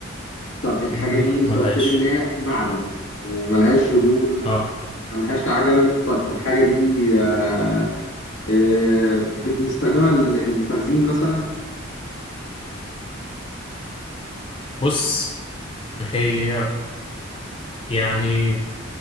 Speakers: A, on the left (about 70°); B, on the left (about 25°).
A: طب الحاجة
B: ما لا
A: دي انت
B: ما
A: قلت
B: لهاش
A: لي ان هي معدن وملهاش رجول
B: اه
A: وملهاش عجل طب الحاجة دي آه، آه، بنستخدمها ل- لتخزين مثلا
B: بص هي يعني